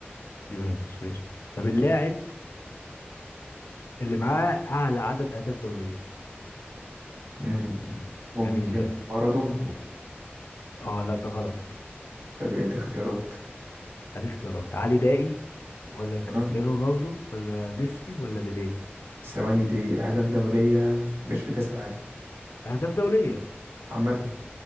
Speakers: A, on the left; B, on the right.
A: يوفنتوس ماشي طب اللاعب اللي معاه اعلى عدد اهداف دولية
B: امم
A: مين
B: ممكن
A: ده مين ده
B: مارادونا
A: اه لا ده غلط
B: طب إيه الاختيارات؟
A: هدي اختيارات علي دائي ولا كريستيانو
B: أه.
A: رونالدو ولا ميسي ولا بيليه
B: الثواني دي أهداف دولية مش في كأس العالم
A: اهداف دوليه
B: عامة